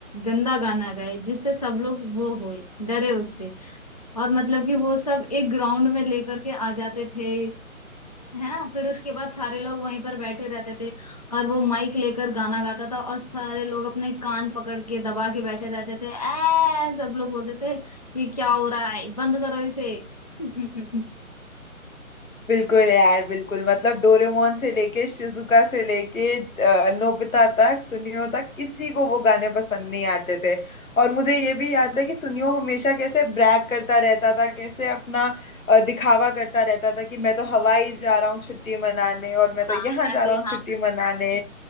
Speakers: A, on the left; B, on the left.
A: गंदा गाना गाए जिससे सब लोग वो होए डरे उससे और मतलब कि वो सब एक ग्राउंड में लेकर के आ जाते थे है ना फिर उसके बाद सारे लोग वहीं पर बैठे रहते थे और वो माइक लेकर गाना गाता था और सारे लोग अपने कान पकड़ के दबा के बैठे रहते थे ऐ सब लोग बोलते थे ये क्या हो रहा है बंद करो इसे <laughs>
B: बिल्कुल यार बिल्कुल मतलब डोरेमोन से लेके शिजुका से लेके अ, नोबिता तक सुनियो तक किसी को वो गाने पसंद नहीं आते थे और मुझे ये भी याद है कि सुनियो हमेशा कैसे ब्रैग करता रहता था कैसे अपना अ, दिखावा करता रहता था कि मैं तो हवाई जा रहा हूँ छुट्टी मनाने और मैं तो
A: हाँ
B: यहाँ
A: मैं
B: जा
A: तो
B: रहा
A: यहाँ
B: हूँ छुट्टी मनाने